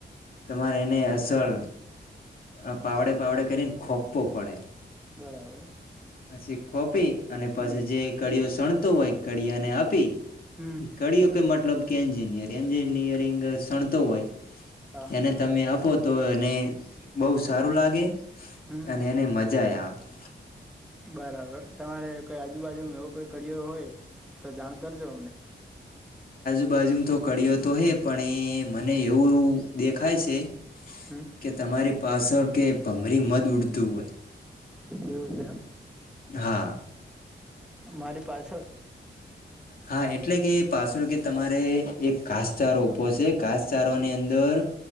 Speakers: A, on the left; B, in the centre.
A: તમારે એને અસલ આ પાવડે પાવડે કરીન ખોપ્પો પડે.
B: બરાબર
A: પછી કોપી અને પછી
B: હમ
A: જે કડી શણતો હોય કડિયા ને આપી.
B: હમ
A: ઈ કડીયો ક મતલબ કે એન્જિન. યરન એન્જિન નિયરિંગ શણતો હોય.
B: હા
A: એને તમે આપો. તો એને બહુ સારું લાગે.
B: હમ
A: અને એને મજા આવે. <unintelligible>
B: બરાબર તમારે કઈ આજુબાજુમાં એવો કોંઈ કરી હોય તો જાણ કરજો અમને.
A: બાજુ તો ક્યો તો હે પણ એ મને એવું દેખાય છે
B: હમ
A: કે તમારી પાછળ કે ભમરી મદ ઉડતું હોય
B: એવું છે એમ
A: હા.
B: મારી પાછળ
A: હા એટલે કે પાછળ કે તમારે એક કાસચારો ઉપભો છે કાસચારોની અંદર